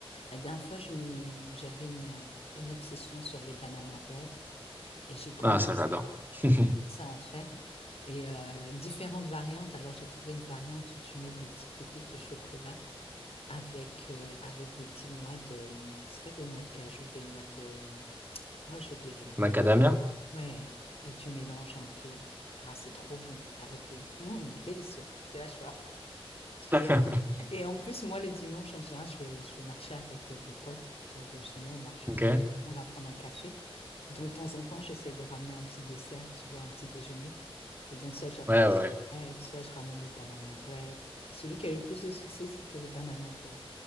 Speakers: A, on the left; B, on the right.
A: La dernière fois, je me- j'avais une, euh, une obsession sur les banana bread et j'ai commencé
B: Ah, ça j'adore. <laughs>
A: à en faire. Et euh, différentes variantes. Alors, j'ai trouvé une variante où tu mets des petites pépites de chocolat avec, euh, avec des petites noix de... C'est pas des noix de cajou, des noix de... Ah, j'ai oublié le nom.
B: Macadamia.
A: Ouais, et tu mélanges un peu. Ah, c'est trop bon avec les... Hum, délicieux. J'étais là, je suis... Et,
B: <laughs>
A: et en plus, moi, le dimanche, en général, je vais, je vais marcher avec euh, des potes autour de chez moi. On marche près
B: Ok.
A: de... On va prendre un café. Et donc, de temps en temps, j'essaie de ramener un petit dessert, tu vois, un petit déjeuner. Et donc, soit je ramène
B: Ouais, ouais. ouais.
A: crêpes, soit je ramène le banana bread. Et celui qui a eu le plus de succès, c'était le banana bread.